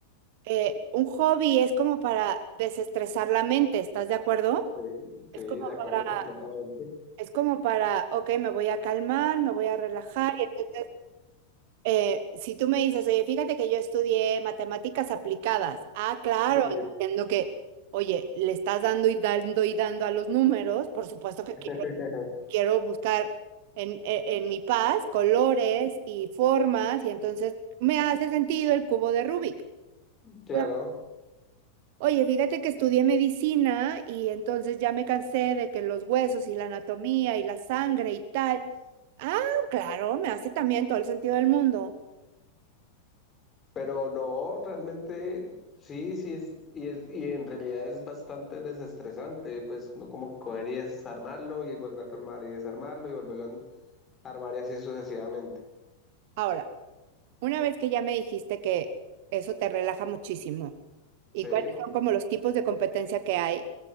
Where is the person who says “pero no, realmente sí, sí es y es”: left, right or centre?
Left